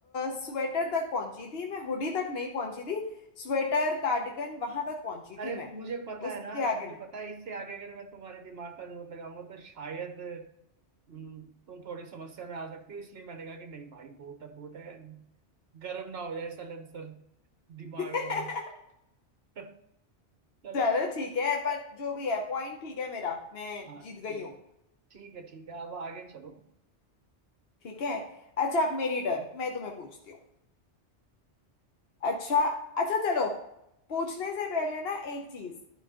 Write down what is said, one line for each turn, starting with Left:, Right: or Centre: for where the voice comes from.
Left: स्वेटर तक पहुंची थी मैं हुडी तक नहीं पहुंची थी स्वेटर कार्डिगन वहां तक पहुंची
Right: अरे
Left: थी मैं
Right: मुझे पता
Left: उसके
Right: है ना
Left: आगे
Right: मुझे
Left: नहीं
Right: पता है इससे आगे अगर मैं तुम्हारे दिमाग का जोर लगाऊंगा तो शायद हम्म, तुम थोड़ी समस्या में आ सकती हो इसलिए मैंने कहा कि नहीं भाई बहुत है बहुत है गर्म ना हो जाए सल सर दिमाग
Left: <laughs>
Right: वाला <laughs> चलो
Left: चलो ठीक है पर जो भी है पॉइंट ठीक है मेरा मैं
Right: हाँ
Left: जीत
Right: ठीक
Left: गई हूँ
Right: ठीक है ठीक है अब आगे चलो
Left: ठीक है अच्छा अब मेरी टर्न मैं तुम्हें पूछती हूँ अच्छा अच्छा चलो पूछने से पहले ना एक चीज